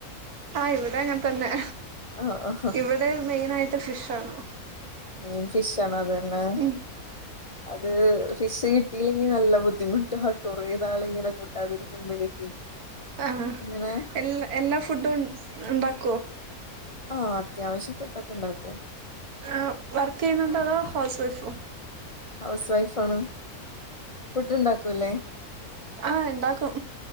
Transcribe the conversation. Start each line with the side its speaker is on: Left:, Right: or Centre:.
Right: ആ ഇവിടെ അങ്ങനെതെന്നെ
Left: ആഹ് ആഹ്
Right: ഇവിടെ വിടെ മെയിനായിട്ട് ഫിഷാണോ
Left: മെയിൻ ഫിഷ് ആണ് അത് തന്നെ
Right: ഉം
Left: അത് ഫിഷ് കി കൂട്ടിയിലെങ്കി നല്ല ബുദ്ധിമുട്ടാ ആ കൊറെ നാളിങ്ങനെ കൂട്ടാതിരിക്കുമ്പഴേക്ക്
Right: ആ
Left: ഇങ്ങനെ
Right: എല്ലാ എല്ലാഫുഡും ഒണ് ഉണ്ടാക്കുവോ
Left: ആ അത്യാവശ്യം ഫുഡൊക്കെ ഉണ്ടാക്കും
Right: ആ വർക്കുചെയ്യുന്നുണ്ടോ അതോ ഹൗസ് വൈഫോ
Left: ഹൗസ് വൈഫാണ് ഫുഡ് ഒണ്ടാക്കൂവല്ലേ
Right: ആ ഇണ്ടാക്കും